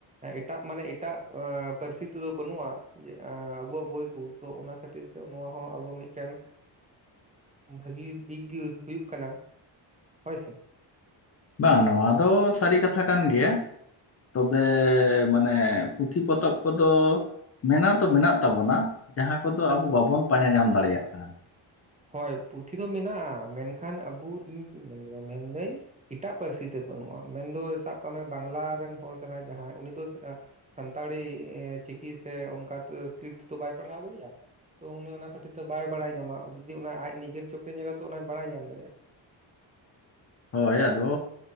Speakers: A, on the right; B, on the left.
A: ᱮᱴᱟᱜ ᱢᱟᱱᱮ ᱮᱴᱟᱜ ᱯᱟᱹᱨᱥᱤ ᱛᱮᱫᱚ ᱵᱟᱹᱱᱩᱜᱼᱟ ᱾ ᱡᱮ ᱟᱵᱩᱣᱟᱜ ᱵᱳᱭ ᱠᱚ ᱛᱚ ᱚᱱᱟ ᱠᱷᱟᱹᱛᱤᱨ ᱛᱮ ᱱᱚᱣᱟ ᱦᱚᱸ ᱟᱵᱚ ᱢᱤᱫᱴᱮᱱ ᱵᱷᱟᱹᱜᱤ ᱫᱤᱠᱜᱮ ᱦᱩᱭᱩᱜ ᱠᱟᱱᱟ ᱦᱳᱭᱥᱮ
B: ᱵᱟᱝ ᱱᱚᱣᱟ ᱫᱚ ᱥᱟᱹᱨᱤ ᱠᱟᱛᱷᱟ ᱠᱟᱱ ᱜᱮᱭᱟ ᱾ ᱛᱚᱵᱮ ᱢᱟᱱᱮ ᱯᱩᱛᱷᱤ ᱯᱚᱛᱚᱵᱽ ᱠᱚᱫᱚ ᱢᱮᱱᱱᱟᱣ ᱫᱚ ᱢᱮᱱᱟᱜ ᱛᱟᱵᱚᱱᱟ ᱡᱟᱦᱟᱸ ᱠᱚᱫᱚ ᱟᱵᱚ ᱵᱟᱵᱚᱱ ᱯᱟᱸᱡᱟ ᱧᱟᱢ ᱫᱟᱲᱮᱭᱟᱜ ᱠᱟᱱᱟ᱾
A: ᱦᱳᱭ ᱯᱩᱛᱷᱤ ᱫᱚ ᱢᱮᱱᱟᱜᱼᱟ ᱢᱮᱱᱠᱷᱟᱱ ᱟᱵᱚ ᱤᱧ ᱪᱮᱫ ᱤᱧ ᱢᱮᱱ ᱠᱮᱫᱟ ᱢᱮᱱᱫᱟᱹᱧ ᱮᱴᱟᱜ ᱯᱟᱹᱨᱥᱤᱛᱮ ᱵᱟᱹᱱᱩᱜᱼᱟ ᱢᱮᱱᱫᱚ ᱥᱟᱵ ᱠᱟᱜ ᱢᱮ ᱵᱟᱝᱞᱟ ᱨᱮᱱ ᱦᱚᱲ ᱠᱟᱱᱟᱭ ᱡᱟᱦᱟᱸᱭ ᱩᱱᱤ ᱫᱚ ᱥᱟᱱᱛᱟᱲᱤ ᱪᱤᱠᱤ ᱥᱮ ᱚᱱᱠᱟ ᱥᱠᱨᱤᱯᱴ ᱛᱮᱫᱚ ᱵᱟᱭ ᱯᱟᱲᱦᱟᱣ ᱫᱟᱲᱮᱭᱟᱜᱼᱟ ᱛᱚ ᱩᱱᱤ ᱚᱱᱟ ᱠᱷᱟᱹᱛᱤᱨ ᱛᱮ ᱵᱟᱭ ᱵᱟᱲᱟᱭ ᱧᱟᱢᱟ ᱡᱩᱫᱤ ᱚᱱᱟ ᱟᱡ ᱱᱤᱡᱮᱨ ᱪᱚᱠᱠᱮ ᱧᱮᱞᱟ ᱛᱚ ᱚᱱᱟᱭ ᱵᱟᱲᱟᱭ ᱧᱟᱢ ᱫᱟᱲᱮᱭᱟᱜᱼᱟ
B: ᱦᱳᱭ ᱟᱫᱚ